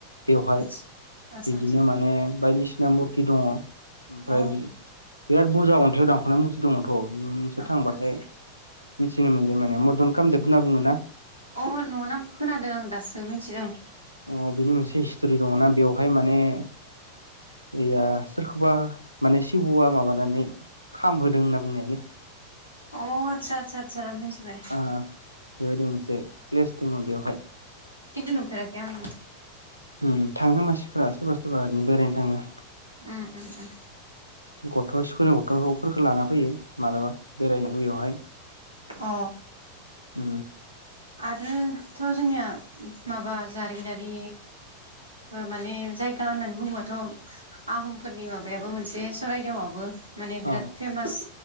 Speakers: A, on the left; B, on the right.
A: बेवहाय
B: आदसा आदसा
A: बिदिनो
B: आदसा
A: माने बायदिसिना मुरथि दङ ओमफ्राय
B: अ
A: बि बिराद बुरजा अन्थाइाव दानख'नाय मुरथि दङमोन। अ नोंसोर
B: अ
A: थांबाथाय
B: न'नि
A: मिथिनो मोनगोन माने मद्न खालामजोब होनना बुङो ना।
B: अ न' नामखौ खोनादों आं दासो मिथिदों।
A: अ बिनि मोनसे हिस्ट'रि दङ ना बेवहाय माने यैया सोरखौबा माने सिंहआ माबानानै खामहोदों होनना बुंनायलै। <inaudible>
B: अ आसा आसा आसा मिथि खन
A: ओ बेबायदि मोनसे प्लेस दङ बेवहाय
B: न <unintelligible> नुफेराखै आं
A: ओम थाङो मानसिफोरा सोरबा सोरबा ओरैनो बेरायनो थाङो।
B: ओम ओम ओम।
A: गथ' स्कुलनि गथ'फोरखौ लाना फैयो मालाबा बेरायनो इयावहाय
B: अ।
A: उ
B: आरोथ' जोंनिया माबा जारिमिनारि माने जायगा दा होननानै बुङोबाथ' आहमफोरनि माबायाबो मोनसे सररायदेवआबो माने बिराद
A: अ
B: फेमास